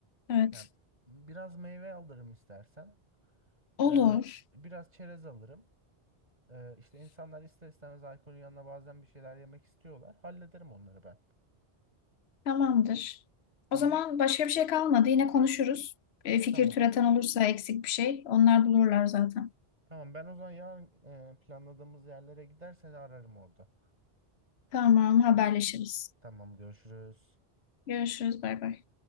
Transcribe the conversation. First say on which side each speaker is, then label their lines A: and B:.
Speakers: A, on the left (about 75°); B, on the right (about 40°).
A: Evet.
B: Yani biraz meyve alırım istersen.
A: Olur.
B: Ee, biraz çerez alırım. Ee, işte insanlar ister istemez alkolün yanına bazen bir şeyler yemek istiyorlar. Hallederim onları ben.
A: Tamamdır.
B: Tamam.
A: O zaman başka bir şey kalmadı. Yine konuşuruz. E, fikir
B: Tamam.
A: türeten olursa eksik bir şey onlar bulurlar zaten.
B: Tamam ben o zaman yarın e, planladığımız yerlere gidersen ararım orada.
A: Tamam haberleşiriz.
B: Tamam görüşürüz.
A: Görüşürüz. Bay bay.